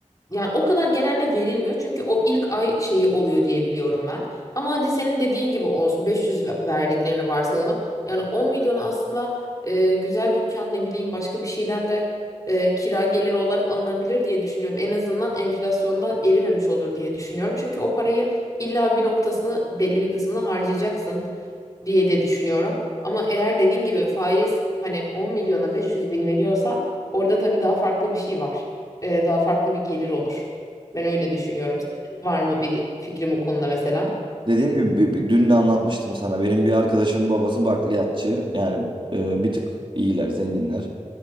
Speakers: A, on the left; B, on the right.
A: Yani o kadar genelde verilmiyor çünkü o ilk ay şeyi oluyor diye biliyorum ben. Ama hadi senin dediğin gibi olsun 500 ve- verdiklerini varsayalım. Yani 10 milyonu aslında e, güzel dükkan ne bileyim başka bir şeyden de e, kira geliri olarak alınabilir diye düşünüyorum. En azından enflasyonda erimemiş olur diye düşünüyorum. Çünkü o parayı illa bir noktasını belli bir kısmını harcayacaksın diye de düşünüyorum. Ama eğer dediğin gibi faiz hani 10 milyona 500 bin veriyorsa orada tabii daha farklı bir şey var. Ee, daha farklı bir gelir olur. Ben öyle düşünüyorum. Senin var mı bir fikrim bu konuda mesela?
B: Dediğim gibi bi- bi- dün de anlatmıştım sana. Benim bir arkadaşımın babası bakliyatçı. Yani e, bir tık iyiler, zenginler.